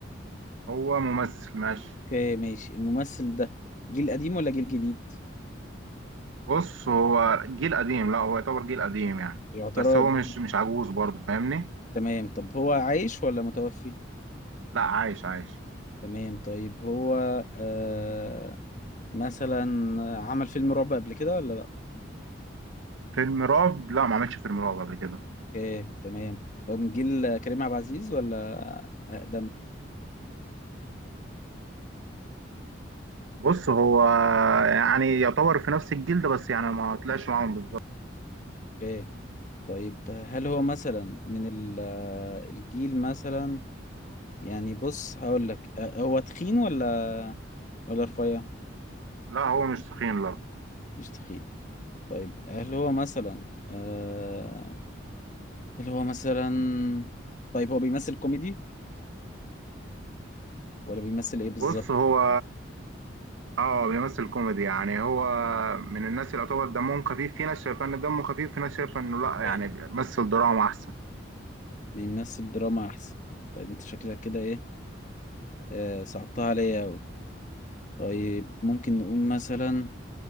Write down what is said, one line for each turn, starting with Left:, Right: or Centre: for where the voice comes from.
Right: هو ممثل ماشي
Left: اوكي ماشي الممثل ده جيل قديم ولا جيل جديد
Right: بص هو جيل قديم لا هو يعتبر جيل قديم يعني
Left: يعتبر
Right: بس هو
Left: قديم.
Right: مش مش عجوز برضه فاهمني
Left: تمام طب هو عايش ولا متوفي
Right: لا عايش عايش
Left: تمام طيب هو آه مثلا عمل فيلم رعب قبل كده ولا لا
Right: فيلم رعب لا ما عملش فيلم رعب قبل كده
Left: اوكي تمام هو من جيل كريم عبد العزيز ولا اقدم
Right: بص هو يعني يعتبر في نفس الجيل ده بس يعني ما طلعش معاهم بالظبط
Left: اوكي طيب هل هو مثلا من ال- الجيل مثلا يعني بص هقول لك أه، هو تخين ولا ولا رفيع
Right: لا هو مش تخين لا
Left: مش تخين طيب هل هو مثلا آه هل هو مثلا طيب هو بيمثل كوميدي ولا بيمثل ايه بالظبط
Right: بص هو اه بيمثل كوميدي يعني هو من الناس اللي يعتبر دمهم خفيف في ناس شايفه ان دمه خفيف في ناس شايفه انه لا يعني
Left: آه،
Right: مثل دراما احسن
Left: بيمثل دراما احسن طيب انت شكلك كده ايه آه صعبتها عليا اوي طيب ممكن نقول مثلا